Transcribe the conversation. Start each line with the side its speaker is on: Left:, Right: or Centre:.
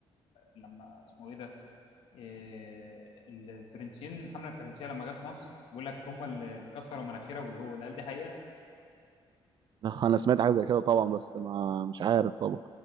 Left: لما اسمه ايه ده آه، ال- الفرنسيين الحمله الفرنسيه لما جت مصر بيقول لك هم اللي كسروا مناخيرها والهول قال دي حقيقه
Right: <laughs> انا سمعت حاجه زي كده طبعا بس ما مش عارف طبعا